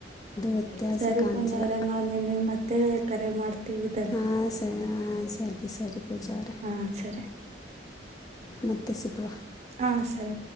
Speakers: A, on the left; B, on the right.
A: ವ್ಯತ್ಯಾಸ
B: ಸರಿ
A: ಕಾಣಿಸಲ್ಲ
B: ಪುಣ್ಯವ್ರೆ ನಾವ್ ನಿಮಿಗ್ ಮತ್ತೆ ಕರೆ ಮಾಡ್ತವಿ.
A: ಹಾ ಸರಿ ಹಾ ಸರಿ ಸರಿ ಪೂಜ ಅವ್ರೆ.
B: ಹಾ ಸರಿ
A: ಮತ್ತೆ ಸಿಗುವ.
B: ಹಾ ಸರಿ.